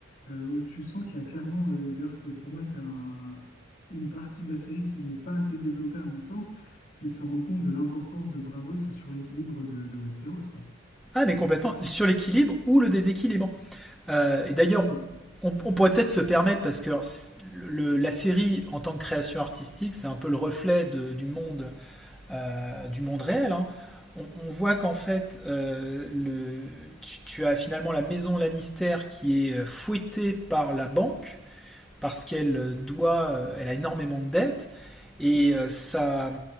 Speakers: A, on the left; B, in the centre.
A: euh, où tu sens qu'il y a clairement, euh, d'ailleurs, c'est pour moi, c'est un- une partie de la série qui n'est pas assez développée à mon sens, c'est de se rendre compte de l'importance de Bravos sur l'équilibre de, de Westeros, quoi.
B: Ah mais complètement sur l'équilibre ou le déséquilibre. Euh, et d'ailleurs
A: Aussi.
B: on, on pourrait peut-être se permettre parce que le- la série en tant que création artistique c'est un peu le reflet de- du monde euh, du monde réel. hein. On, on voit qu'en fait, euh, le, tu, tu as finalement la maison Lannister qui est euh, fouettée par la banque parce qu'elle euh, doit, euh, elle a énormément de dettes et euh, ça,